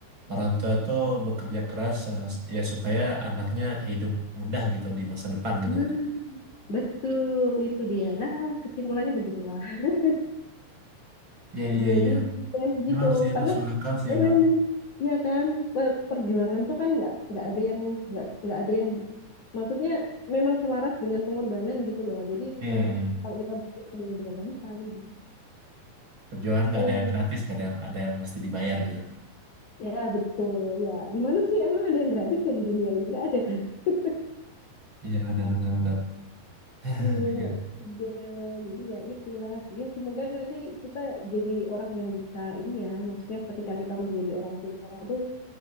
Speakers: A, on the right; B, on the left.
A: orang tua tuh bekerja keras eh, s- ya supaya anaknya hidup mudah gitu di masa depan gitu
B: Nah,
A: kan. ya.
B: betul itu dia. Nah, kesimpulannya begitulah. <laughs>
A: Iya iya
B: Jadi
A: iya.
B: kayak begitu
A: Memang sih
B: karena
A: masuk akal sih
B: emang
A: emang.
B: ya kan per- perjuangan tuh kan nggak nggak ada yang nggak nggak ada yang maksudnya memang selaras dengan pengorbanan gitu loh. Jadi
A: Iya
B: memang
A: iya.
B: kalau kita butuh ada yang dikorbankan gitu.
A: Perjuangan
B: Gitu.
A: nggak ada yang gratis, kadang ada yang mesti dibayar gitu.
B: Ya, betul. Ya, di mana sih emang ada yang gratis ya di dunia ini? Nggak ada kan? <laughs>
A: Iya benar benar benar. <sighs>
B: Iya,
A: Iya
B: nggak ada. Jadi ya itulah. Ya, semoga nanti kita jadi orang yang bisa ini ya. Maksudnya ketika kita menjadi orang tua tuh